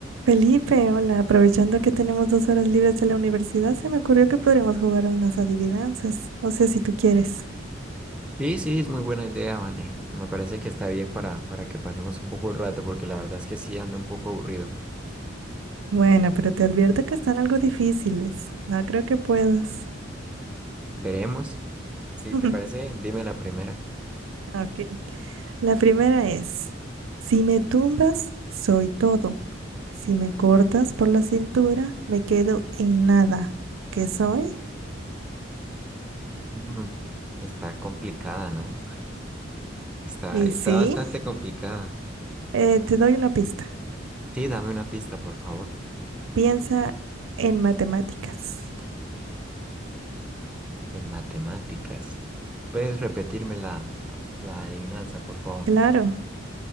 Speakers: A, on the right; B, in the centre.
A: Felipe, hola, aprovechando que tenemos dos horas libres de la universidad, se me ocurrió que podríamos jugar a unas adivinanzas. No sé si tú quieres.
B: Sí, sí, es muy buena idea, Vane. Me parece que está bien para, para que pasemos un poco el rato, porque la verdad es que sí ando un poco aburrido.
A: Bueno, pero te advierto que están algo difíciles. No creo que puedas.
B: Veremos. Si
A: <laughs>
B: te parece, dime la primera.
A: Ok. La primera es, si me tumbas, soy todo. Si me cortas por la cintura, me quedo en nada. ¿Qué soy?
B: Mm, está complicada, ¿no? Está,
A: Y
B: está
A: sí,
B: bastante complicada.
A: eh, te doy una pista.
B: Sí, dame una pista, por favor.
A: Piensa en matemáticas.
B: En matemáticas. ¿Puedes repetirme la, la adivinanza, por favor?
A: Claro.